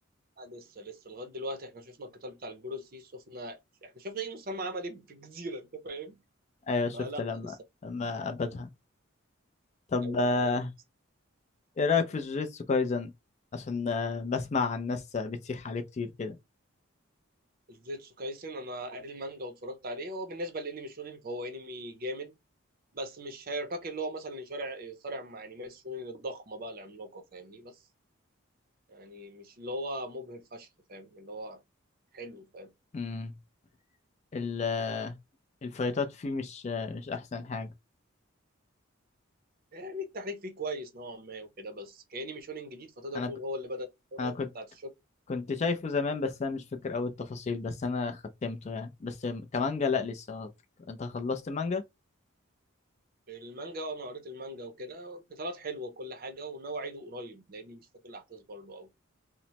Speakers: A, on the right; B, on the left.
A: لا لسه لسه لغايه دلوقتي احنا شفنا القتال بتاع الجروسي شفنا احنا شفنا ايه مسامة عمل ايه في الجزيره انت فاهم
B: ايوه شفت
A: فلا
B: لما
A: لسه
B: لما ابدها طب
A: ايوه
B: آه،
A: ما بقول لك
B: ايه رأيك في جوجيتسو كايزن عشان آه، بسمع عن ناس آه، بتسيح عليه كتير كده
A: جوجيتسو كايسن انا قاري المانجا واتفرجت عليه هو بالنسبه لانمي شونين فهو انمي جامد بس مش هيرتقي اللي هو مثلا يصارع يصارع مع انميات شونين الضخمه بقى العملاقه فاهمني بس يعني مش اللي هو مبهر فشخ فاهم اللي هو حلو فاهم
B: امم ال- آه، الفايتات فيه مش آه، مش احسن حاجة
A: يعني التحريك فيه كويس نوعا ما وكده بس كأني ميشونين جديد فتقدر
B: انا
A: تقول
B: ك-
A: هو اللي بدأ الكورة
B: انا كنت
A: بتاعت الشوت
B: كنت شايفه زمان بس انا مش فاكر اوي التفاصيل بس انا ختمته يعني بس كمانجا لا لسه انت خلصت مانجا
A: المانجا وأنا قريت المانجا وكده قتالات حلوة وكل حاجة وناوي أعيده قريب لأني مش فاكر الأحداث برضه أوي